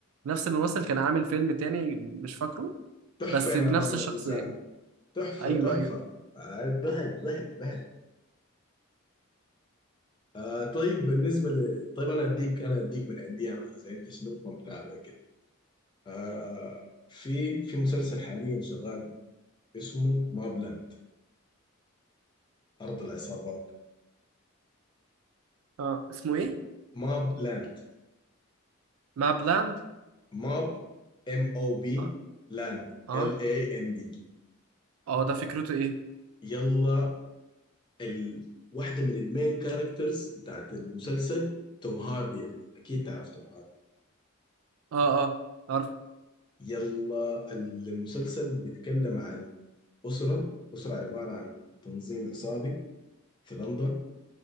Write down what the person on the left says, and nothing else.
تحفة
يا
مان
الإنسان ده تحفة
تحفة
آه، ضحك ضحك ضحك آه طيب بالنسبة ل طيب أنا أديك أنا أديك من عندي يا مان إذا أنت شنو ما متابع كده آه آه، في في مسلسل حاليا شغال اسمه ماب لاند أرض العصابات
ماب لاند
ماب ام او بي
لاند
ال اي ان دي
يلا ال... واحدة من المين كاركترز بتاعت المسلسل توم هاردي يا مان. أكيد تعرف توم هاردي
يلا المسلسل بيتكلم عن أسرة أسرة عبارة عن تنظيم عصابي في لندن